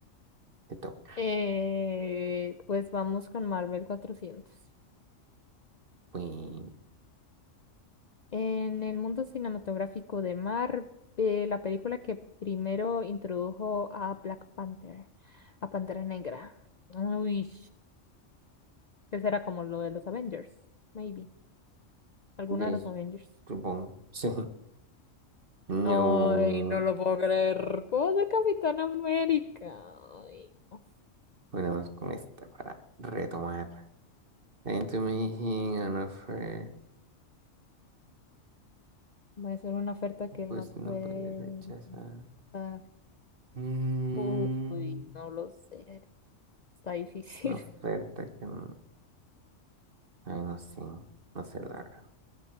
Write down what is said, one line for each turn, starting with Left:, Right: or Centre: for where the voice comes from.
Right: ¿qué toca?
Left: Eh, pues vamos con Marvel 400.
Right: Bueno,
Left: En el mundo cinematográfico de Marvel, eh, la película que primero introdujo a Black Panther, a Pantera Negra. Uy, que será como lo de los Avengers, maybe. Alguna
Right: Pues, de-
Left: de los Avengers.
Right: supongo. <laughs> Sí. No.
Left: Ay, no lo puedo creer. ¿Cómo de Capitán América? Ay, no.
Right: Bueno, vamos con esta para retomar. Then to me he an offer.
Left: Va a ser una oferta que él
Right: Pues
Left: no
Right: no
Left: puede
Right: puede rechazar.
Left: dar.
Right: Mm,
Left: Uy, no lo sé. Está difícil.
Right: una oferta
Left: <laughs>
Right: que no. Ay, no sé. No sé la verdad.